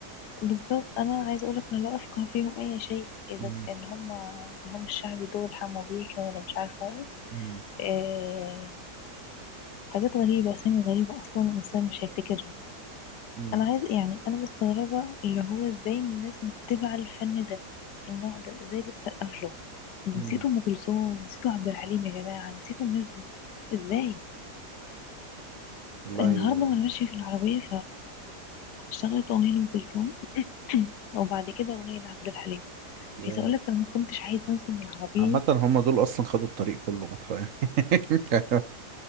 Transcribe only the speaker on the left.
بالظبط انا عايزه اقولك انا لا افقه فيهم اي شيء اذا
اللي هم اللي هم الشعبي دول حمو بيكا ولا مش عارفه ايه
إيه حاجات غريبه اسامي غريبه اصلا الانسان مش هيفتكرها
انا عايز يعني انا مستغربه اللي هو ازاي الناس متبعه الفن ده النوع ده ازاي بتسقف له نسيتوا
ام كلثوم نسيتوا عبد الحليم يا جماعه نسيتوا الناس دي ازاي
النهارده وانا ماشيه في العربيه فاشتغلت اغنيه لام كلثوم <clears throat> وبعد كده اغنيه لعبد الحليم
عايزه اقول لك انا ما كنتش عايزه انزل من العربيه